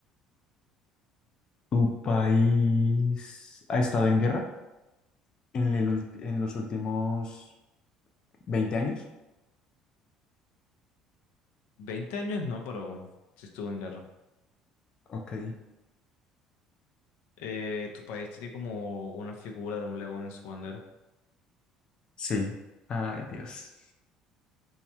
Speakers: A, on the left; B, on the left.
A: ¿Tu país ha estado en guerra en el ulti- en los últimos 20 años?
B: veinte años, no, pero sí estuvo en guerra.
A: Ok,
B: eh, tu país tiene como una figura de un león en su bandera.
A: sí. Ay, Dios.